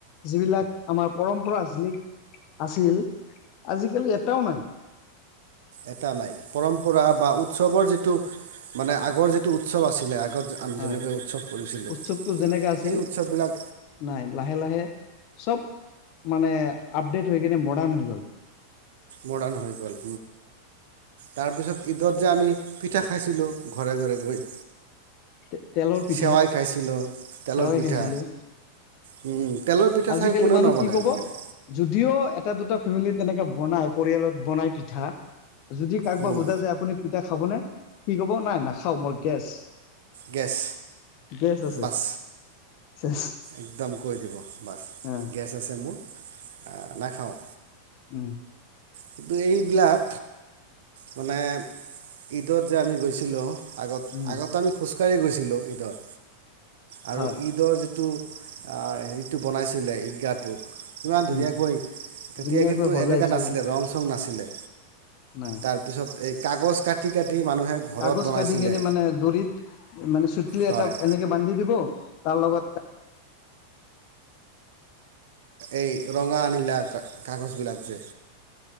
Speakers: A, on the left (about 40°); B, on the right (about 55°).
A: যিবিলাক আমাৰ পৰম্পৰা আছিলে আছিল আজিকালি এটাও নাই।
B: এটা নাই পৰম্পৰা বা উৎসৱৰ যিটো মানে আগৰ যিটো উৎসৱ আছিলে আগত আমি
A: হয়
B: যেনেকে উৎসৱ কৰিছিলো
A: উৎসৱটো যেনেকা আছিল
B: সেই উৎসৱ বিলাক
A: নাই। লাহে লাহে চব মানে আপডেট হৈ কেনে মডাৰ্ণ হৈ গ'ল।
B: মডাৰ্ণ হৈ গ'ল। তাৰপিছত ঈদত যে আমি পিঠা খাইছিলোঁ ঘৰে ঘৰে গৈ
A: তে তেলৰ পিঠা
B: চেৱাই খাইছিলোঁ তেলৰ
A: চেৱাই
B: পিঠা
A: খাইছিলো
B: উম তেলৰ পিঠা
A: আজিকালি
B: চাগে কোনেও
A: মানুহ
B: নবনায়
A: কি কব,
B: আজিকালি
A: যদিও এটা দুটা ফেমিলি তেনেকে বনাই, পৰিয়ালত বনাই পিঠা। যদি কাৰোবাক
B: উম,
A: সোধা যায় আপুনি এতিয়া খাব নে? সি ক'ব নাই নাখাও মোৰ গেছ।
B: গেছ
A: গেছ আছে
B: বাছ
A: চেছ
B: একদম কৈ দিব। বাছ
A: অ
B: গেছ আছে মোৰ। এ নাখাওঁ
A: উম
B: কিন্তু এইবিলাক মানে ঈদত যে আমি গৈছিলোঁ আগত
A: উম
B: আগতে আমি খোজকাঢ়ি গৈছিলো ঈদত আৰু
A: হয়
B: ঈদৰ যিটো আহ হেৰিটো বনাইছিলে ঈদগাহটো ইমান ধুনীয়াকৈ
A: উম
B: তেতিয়া
A: ধুনীয়াকৈ
B: কিন্তু
A: সজাইছে
B: এনেকুৱা নাছিলে ৰং চং নাছিলে।
A: নাই
B: তাৰ পিছত এই কাগজ কাটি- কাটি মানুহে ঘৰত
A: কাগজ
B: বনাইছিলে
A: কাটি কেনে মানে, দৰিত মানে চুতলি
B: হয়
A: এটা এনেকে বান্ধি দি তাৰ লগত
B: এই ৰঙা নীলা কাগজ বিলাক যে